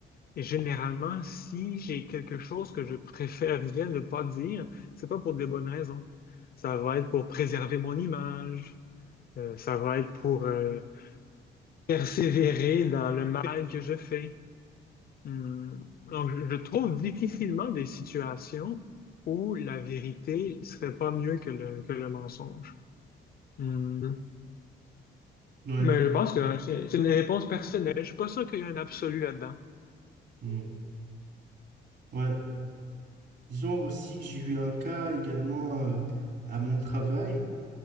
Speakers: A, on the left (about 50°); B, on the right (about 60°).
A: et généralement, si j'ai quelque chose que je préférerais ne pas dire, c'est pas pour des bonnes raisons. Ça va être pour préserver mon image. Euh, ça va être pour euh, Persévérer dans le mal que je fais. Hmm. Donc, je je trouve difficilement des situations où la vérité serait pas mieux que le, que le mensonge. Hmm.
B: Ouais.
A: Mais je pense que c'est c'est une réponse personnelle. Je suis pas sûr qu'il y ait un absolu là-dedans.
B: Mm. Ouais. Disons aussi que j'ai eu un cas également euh, à mon travail.